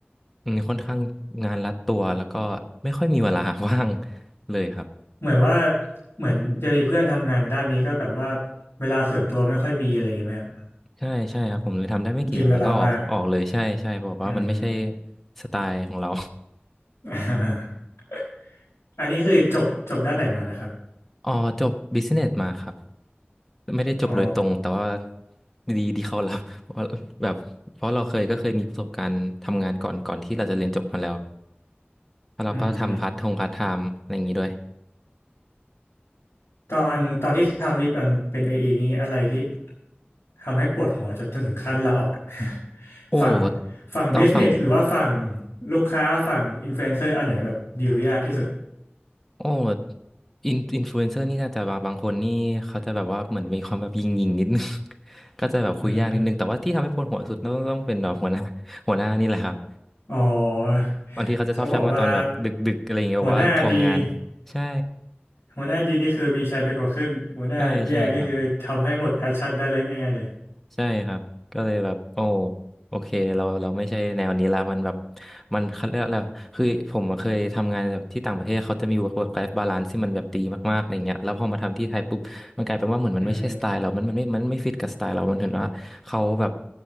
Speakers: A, in the centre; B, on the left.
A: อืมค่อนข้างงานรัดตัวแล้วก็ไม่ค่อยมีเวลา <laughs> ว่างเลยครับ
B: เหมือนว่าเหมือนจะมีเพื่อนทำงานด้านนี้ก็แบบว่าเวลาส่วนตัวไม่ค่อยมีอะไรอย่างเงี้ยไหมครับ
A: ใช่ใช่ครับผมเลยทำได้ไม่กี่เดือนแล้วก็ออกออกเลยใช่ใช่บอกว่ามันไม่ใช่
B: กินเวลามากอืม
A: สไตล์ของเรา
B: <laughs> อันนี้คือจบจบด้านไหนมานะครับ
A: อ๋อจบบิสเนสมาครับไม่ได้จบโดยตรงแต่ว่า
B: อ๋อ
A: ดี <laughs> ที่เขารับ <laughs> เพราะว่าแบบเพราะเราเคยก็เคยมีประสบการณ์ทำงานก่อนก่อนที่เราจะเรียนจบมาแล้วแล้วเราก็ทำพาร์ททงพาร์ทไทม์อะไรอย่างนี้ด้วย
B: อืม ตอนตอนที่ทำนี่เป็นเป็นเออีนี้อะไรที่ทำให้ปวดหัวจนถึงขั้นลาออก <laughs>
A: โอ้
B: ฝั่งฝั่งบิสเนสหรือว่าฝั่ง
A: ตอนฝั่ง
B: ลูกค้าฝั่งอินฟลูเอนเซอร์อันไหนแบบดีลยากที่สุด
A: โอ้อินอินฟลูเอนเซอร์นี่น่าจะแบบบางคนนี่เขาจะแบบว่าเหมือนมีความแบบยิงยิงนิดนึง <laughs> ก็จะแบบคุยยากนิดนึงแต่ว่าที่ทำให้ปวดหัวสุดต้องต้องเป็นแบบหัวหน้าหัวหน้านี่แหละครับ
B: อืมอ๋อ
A: บางทีเขาจะชอบชักมาตอนแบบดึกๆอะไรอย่างเงี้ยแบบว่าทวงงาน
B: เขาบอกว่าหัวหน้าดี
A: ใช่
B: หัวหน้าดีนี่คือมีชัยไปกว่าครึ่งหัวหน้าแย่นี่คือทำให้หมดแพชชั่นได้เลยง่ายๆเลย
A: ใช่ใช่ครับ ใช่ครับก็เลยแบบโอ้โอเคเราเราไม่ใช่แนวนี้ละมันแบบมันเขาเรียกอะไรคือผมอะเคยทำงานแบบที่ต่างประเทศเขาจะมี work work life balance ที่มันแบบดีมากๆอะไรเงี้ยแล้วพอมาทำที่ไทยปุ๊บมันกลายเป็นว่าเหมือนมันไม่ใช่สไตล์เรามันมันไม่มันไม่ฟิตกับสไตล์เรา
B: อืม
A: มันเห็นว่าเขาแบบ